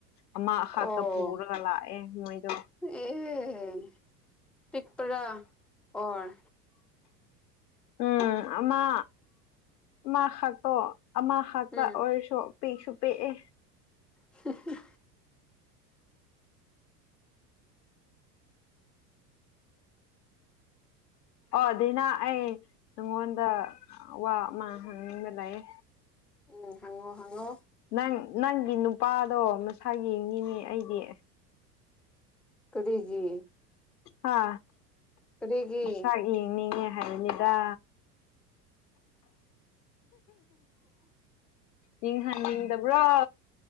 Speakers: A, on the left; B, in the centre.
A: ꯑꯃꯍꯥꯛꯇ
B: ꯑꯣ
A: ꯄꯨꯔꯒ ꯂꯥꯛꯑꯦ ꯃꯣꯏꯗꯣ
B: ꯑꯦ ꯄꯤꯛꯄꯔꯥ ꯑꯣꯏ
A: ꯎꯝ ꯑꯃ ꯑꯃ ꯍꯛꯇꯣ ꯑꯃ ꯍꯛꯇ
B: ꯎꯝ
A: ꯑꯣꯏꯔꯁꯨ ꯄꯤꯁꯨ ꯄꯤꯛꯑꯦ
B: <unintelligible>
A: ꯑꯣ ꯑꯗꯨꯅ ꯑꯩ ꯅꯪꯉꯣꯟꯗ ꯋꯥ ꯑꯃ ꯍꯪꯅꯤꯡꯕ ꯂꯩꯌꯦ
B: ꯎꯝ ꯍꯪꯉꯣ ꯍꯪꯉꯣ
A: ꯅꯪ ꯅꯪꯒꯤ ꯅꯨꯄꯥꯗꯣ ꯃꯁꯥꯛ ꯌꯦꯡꯅꯤꯡꯉꯦ ꯑꯩꯗꯤ
B: ꯀꯔꯤꯒꯤ
A: ꯍꯥ
B: ꯀꯔꯤꯒꯤ
A: ꯃꯁꯥꯛ ꯌꯦꯡꯅꯤꯡꯉꯦ ꯍꯥꯏꯕꯅꯦ ꯗ ꯌꯦꯡꯍꯟꯅꯤꯡꯗꯕ꯭ꯔꯣ